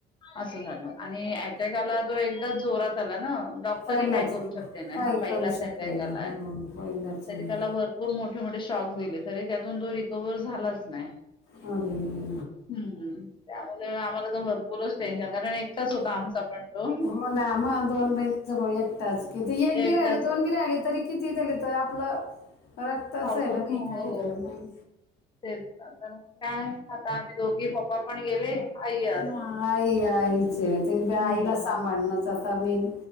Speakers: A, on the left; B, on the left.
A: असं झालं आणि अटॅकाला तो एकदा जोरात आला ना डॉक्टरही
B: पहिलाच
A: काय करू
B: हा.
A: शकले नाही
B: काही करू
A: पहिलाच
B: शकले
A: अटॅक
B: हो
A: आला
B: मईलाच
A: तरी
B: नाही
A: त्याला भरपूर मोठे मोठे शॉक दिले तरी त्यातून तो रिकवर्ह झालाच नाही
B: अ
A: हम्म त्यामुळे आम्हाला तर भरपूरच टेन्शन कारण एकटाच होता आमचा पण तो
B: हो ना मग दोन महिणीच भाऊ एकटाच किती एक
A: एकटाच
B: बी राहि दोन
A: होता.
B: बी राहिले तरी किती त्याले त आपलं रक्तच
A: भाऊ
B: आहे
A: तो
B: ना काय
A: हो
B: त्यालं
A: हो
B: म्हण
A: तेच काय आता आम्ही दोघी पप्पा पण गेले आई असते.
B: ह आई आईच आहे ते आईला
A: हम्म.
B: सांभाळण आता मेन